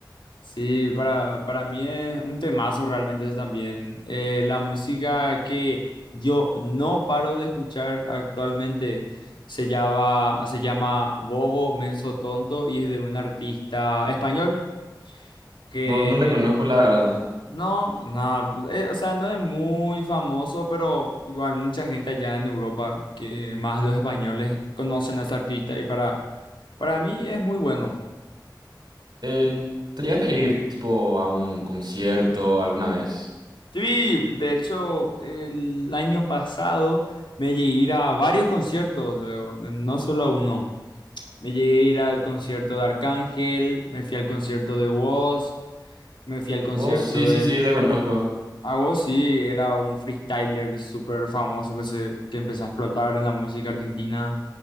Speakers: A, on the left (about 90°); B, on the right (about 65°).
A: Sí, para, para mí es un temazo realmente eso también. Eh, la música que yo no paro de escuchar actualmente se llama, se llama Bobo Menso Tonto y es de un artista español que
B: No, no le conozco la verdad.
A: no, nada, eh, o sea, no es muy famoso, pero igual mucha gente allá en Europa, que más los españoles conocen a ese artista y para, para mí es muy bueno.
B: En- ¿te llegaste a ir tipo a un concierto alguna vez?
A: Sí, de hecho, el año pasado me llegué a ir a varios conciertos luego, eh, no solo a uno. Me llegué a ir al concierto de Arcángel, me fui al concierto de Woz, me fui al concierto
B: Vos sí, sí,
A: de...
B: sí, le conozco.
A: A Woz sí, era un freestyler súper famoso que, se, que empezó a explotar en la música argentina.